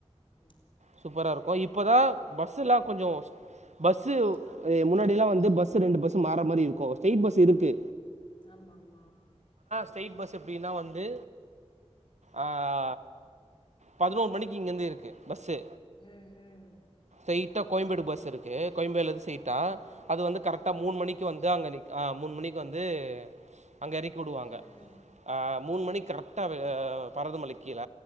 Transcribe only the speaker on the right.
சூப்பராருக்கு இப்பதா பஸ்ல்லா கொஞ்ச பஸ் அ
முன்னாடில்லா வந்து பஸ் ரெண்டு பஸ் மாற மாருக்கு ஸ்ட்ரைட் பஸ் இருக்கு
ஸ்ட்ரைட் பஸ் எப்டின்னா வந்து ஆ ஆ பதினோரு மணிக்கு இங்கருந்து இருக்கு பஸ்சு
ஸ்ட்ரைட்டா கோயம்பேடு பஸ்சுருக்கு கோயம்பேட்லுருந்து ஸ்ட்ரைட்டா
அது வந்து கரெக்டா
மூணு மணிக்கு வந்து அதா அங்க நிக்கு ஆ மூணு மணிக்கு வந்து அங்க எ றக்கி விடுவாங்க
ஆப் மூணு மணி கரெக்டா ஆ பரதமலைக்கு கீழ